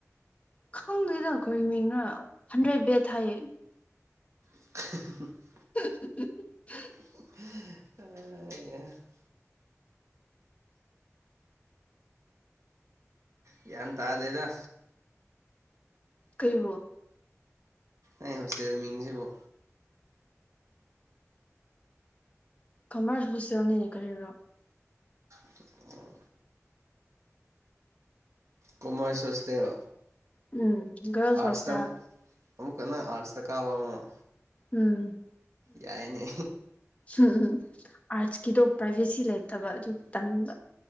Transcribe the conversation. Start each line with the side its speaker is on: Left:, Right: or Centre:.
Left: ꯈꯪꯗꯦꯗ ꯀꯔꯤ ꯃꯤꯡꯔꯥ ꯍꯟꯗ꯭ꯔꯦꯠ ꯕꯦꯠ ꯍꯥꯏꯌꯦ
Right: <unintelligible>
Left: <unintelligible>
Right: <unintelligible> ꯒ꯭ꯌꯥꯟ ꯇꯥꯗꯦꯗ
Left: ꯀꯩꯕꯨ
Right: ꯑꯩ ꯍꯣꯁꯇꯦꯜ ꯃꯤꯡꯖꯤꯕꯣ
Left: ꯀꯃꯔꯁ ꯍꯣꯁꯇꯦꯜꯅꯤꯅꯦ ꯀꯔꯤꯔꯥ
Right: ꯑꯣ ꯀꯣꯃꯔꯁ ꯍꯣꯁꯇꯦꯜ
Left: ꯎꯝ ꯒꯔꯜꯁ
Right: ꯑꯥꯔꯠꯁꯇ
Left: ꯍꯣꯁꯇꯦꯜ
Right: ꯑꯃꯨꯛꯀ ꯅꯪ ꯑꯥꯠꯁꯇ ꯀꯥꯕ ꯑꯃꯨꯛ
Left: ꯎꯝ
Right: ꯌꯥꯏꯅꯦ
Left: ꯎꯝ ꯎꯝ ꯑꯥꯔꯠꯁꯀꯤꯗꯣ ꯄ꯭ꯔꯥꯏꯚꯦꯁꯤ ꯂꯩꯇꯕ ꯑꯗꯨ ꯇꯟꯕꯥ